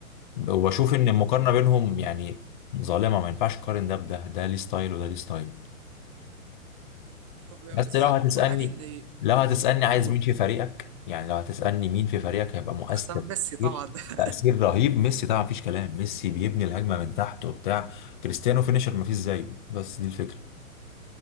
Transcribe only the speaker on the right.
وب-
بالظبط
وعادي ان
يقول
تختار ميسي طبعا
<laughs>